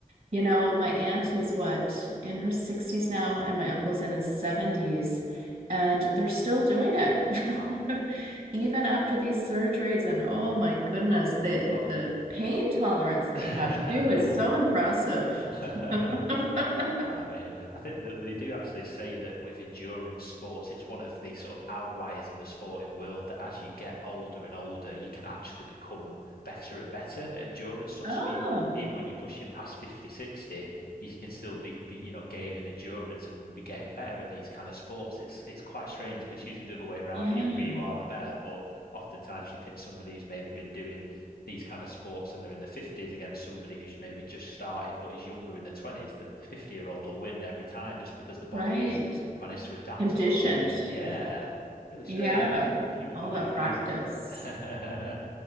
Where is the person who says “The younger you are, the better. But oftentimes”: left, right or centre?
Left